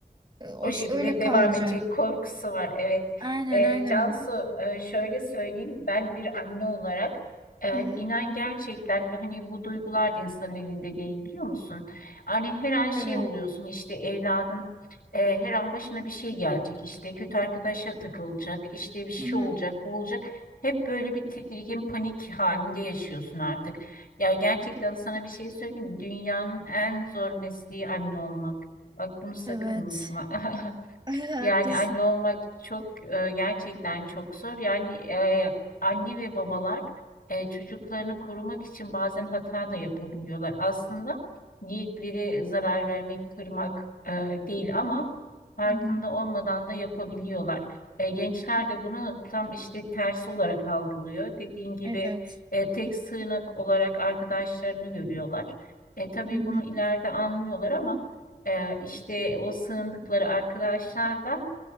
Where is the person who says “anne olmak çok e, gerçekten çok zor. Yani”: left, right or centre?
Left